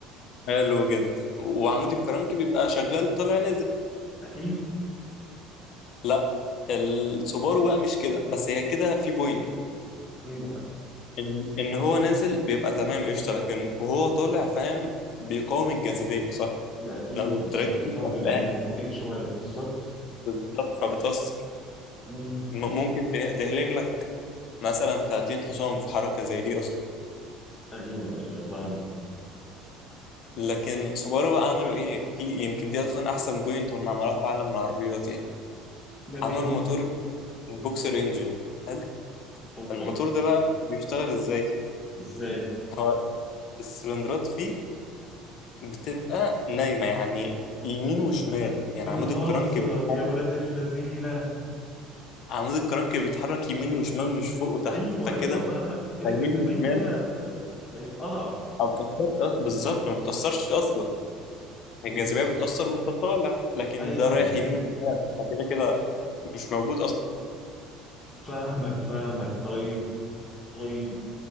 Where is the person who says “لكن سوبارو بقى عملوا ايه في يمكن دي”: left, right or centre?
Left